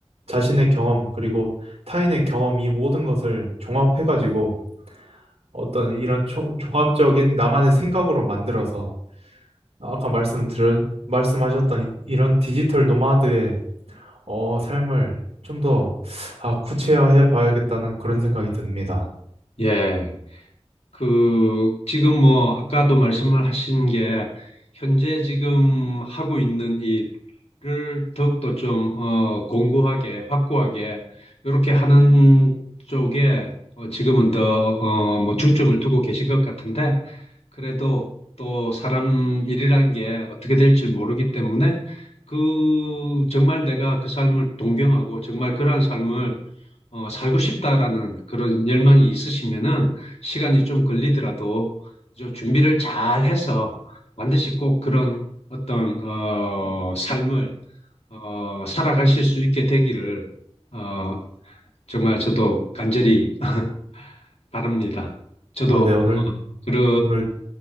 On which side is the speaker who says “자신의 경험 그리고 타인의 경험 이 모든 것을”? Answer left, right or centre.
Right